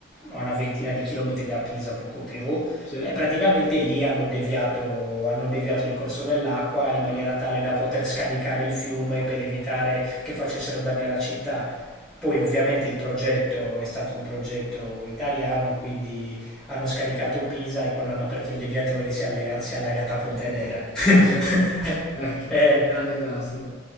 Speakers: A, in the centre; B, on the left.
A: una ventina di chilometri da Pisa, poco più,
B: Sì.
A: e praticamente lì hanno deviato, hanno deviato il corso dell'acqua in maniera
B: Ah,
A: tale da poter scaricare il fiume per evitare che facessero danni alla città poi ovviamente il progetto è stato un progetto italiano, quindi hanno scaricato Pisa e quando hanno aperto il deviatore si è, allega- si è allagata Pontedera. <laughs>
B: eh, beh, certo. Ecco,
A: Eh,
B: grande classico.